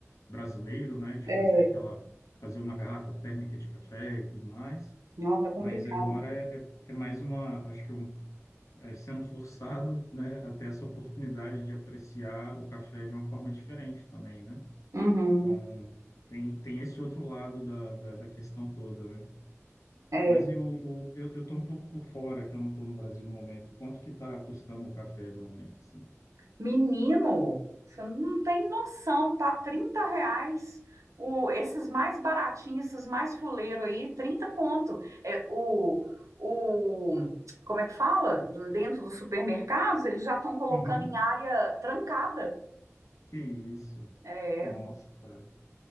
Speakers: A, on the left; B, on the right.
A: brasileiro, né? De
B: É,
A: fazer aquela, fazer uma garrafa térmica de café e tudo mais.
B: não, tá complicado.
A: Mas agora é, é, é mais uma, acho que é um, é sendo forçado, né? A ter essa oportunidade de apreciar o café de uma forma diferente também, né?
B: Uhum,
A: Então, tem, tem esse outro lado da, da, da questão toda, né?
B: é.
A: Mas e o, o- eu, eu tô um pouco por fora, que eu não estou no Brasil no momento. Quanto que está custando o café no momento, assim?
B: Menino, você não tem noção, tá? trinta reais. O, esses mais baratinhos, esses mais fuleiro aí, 30 conto. É, o, o, como é que fala? Dentro dos supermercados, eles já estão colocando
A: Uhum.
B: em área trancada.
A: Que isso?
B: É,
A: Nossa, cara.